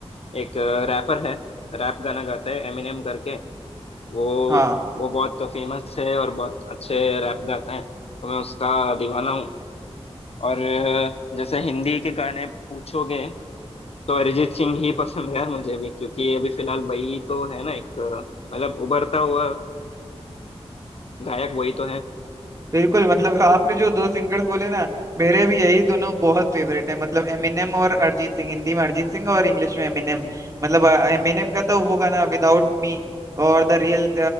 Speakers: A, on the left (about 65°); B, on the right (about 30°).
A: एक रैपर है रैप गाना गाता है एमिनेम करके वो
B: हाँ
A: वो बहुत फेमस है और बहुत अच्छे रैप गाता है तो मैं उसका दीवाना हूँ और अ, जैसे हिंदी के गाने पूछोगे तो अरिजीत सिंह ही पसंद है यार मुझे भी क्योंकि अभी फिलहाल वही तो है ना एक अ, मतलब उभरता हुआ अ, गायक वही तो है
B: बिल्कुल मतलब आपने जो दो सिंगर्स बोले ना मेरे भी यही दोनों बहुत फेवरेट है मतलब एमिनेम और अरिजीत सिंह हिंदी में अरिजीत सिंह और इंग्लिश में एमिनेम मतलब एमिनेम का तो वो गाना विदाउट मी और द रियल